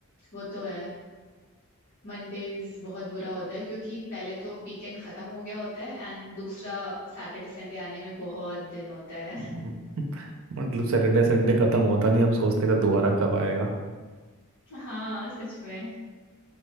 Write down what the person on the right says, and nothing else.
<laughs>
हम्म, मतलब सैटरडे संडे खत्म होता नहीं हम सोचते का दोबारा कब आएगा